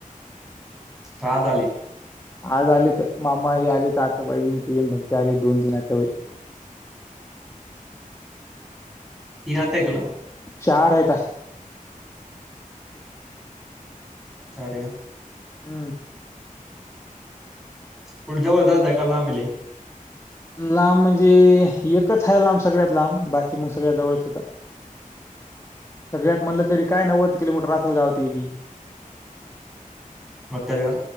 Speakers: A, in the centre; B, on the left.
A: काआज‌आली?
B: आज आलेतं मामा हे आलेतं आत्या बाईन तीन भक्ती आले दोनतीन आत्याबाई.
A: <inaudible> तीन आत्त्याये तुला?
B: चार आयता.
A: चारे का?
B: हम्.
A: कुटं जवळ जाताय का लांबेलै?
B: लाम म्हंजे एकच हाय लाम सगळ्यात लाम बाकी मग सगळ्या जवळचयता.
A: <inaudible>
B: सगळ्यात म्हणलं तरी काय नव्वद किलोमीटर असल गाव तेबी.
A: मतरवा.